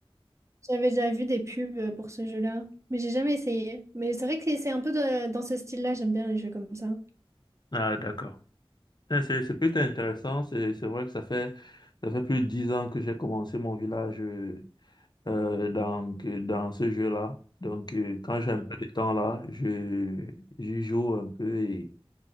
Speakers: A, on the right (about 30°); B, on the left (about 45°).
A: j'avais déjà vu des pubs euh, pour ce jeu-là, mais j'ai jamais essayé. Mais c'est vrai que c'est c'est un peu de- dans ce style-là, j'aime bien les jeux comme ça.
B: Ah, d'accord. Eh, C'est c'est plutôt intéressant. C'est c'est vrai que ça fait, ça fait plus de dix ans que j'ai commencé mon village euh, euh, dans, que- dans ce jeu-là. Donc, euh, quand j'ai un peu de temps là, je, j'y joue un peu